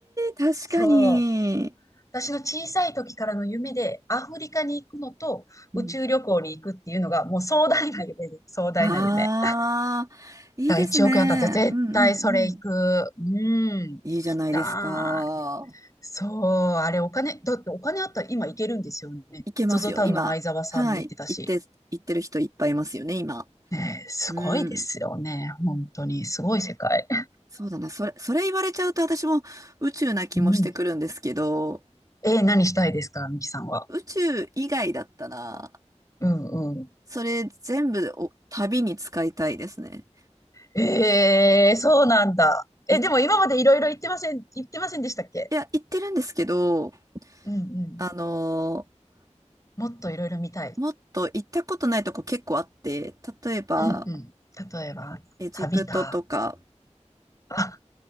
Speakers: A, on the right (about 30°); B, on the left (about 30°).
A: 確かに。
B: そう。私の小さい時からの夢で、アフリカに行くのと、宇宙旅行に行くっていうのが、
A: うん。
B: もう壮大な夢です。壮大な夢。
A: ああ、いいですね。
B: だから1億円当たったら絶対それ行く。
A: うんうんうん。
B: うん、行きた
A: いいじゃないですか。
B: そう、あれお金、だってお金あったら今行けるんですよね。
A: いけますよ、
B: ゾゾタウンの前澤さんも行ってたし。
A: 今。はい。行って、行ってる人いっぱいいますよね、今。
B: ねえ、すごいですよね。
A: うん。
B: 本当に、すごい世界。
A: そうだな。それ、それ言われちゃうと私も宇宙な気もしてくるんですけど、
B: うん。えー何したいですか、ミキさんは。
A: 宇宙以外だったら、
B: うんうん。
A: それ全部を旅に使いたいですね。
B: ええそうなんだ。え、
A: 行っ
B: でも今までいろいろ言ってません、言ってませんでしたっけ
A: いや、行ってるんですけど、
B: うんうん。
A: あのー
B: もっといろいろ見たい。
A: もっと行ったことないとこ結構あって、例えば、
B: うんうん。例えば、
A: エジプトとか、
B: 旅か。あ、